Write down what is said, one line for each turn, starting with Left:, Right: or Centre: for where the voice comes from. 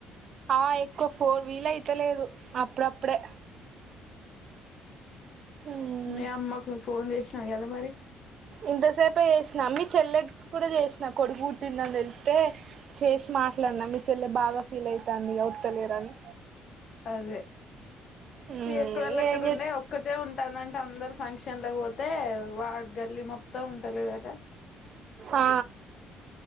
Right: ఆ ఎక్కువ ఫోర్ వీల్ అయితలేదు అప్పుడప్పుడే మ్మ్
Left: మీ అమ్మకు ఫోన్ చేసినా ఎద మరి
Right: ఇంతసేపే చేసినా, మీ చెల్లె కూడా చేసినా కొడుకు పుట్టిందని వెళ్తే చేసి మాట్లాడినా మీ చెల్లె బాగా ఫీల్ అవుతుంది ఇక ఒత్తలేరని
Left: అదే
Right: మ్మ్
Left: ఎక్కడవళ అక్కడ
Right: ఏం చే
Left: ఉండే ఒక్కటే ఉంటానంటే అందరు ఫంక్షన్లా పో తె వా గల్లి మొత్తం ఉంటాలేదటా
Right: ఆ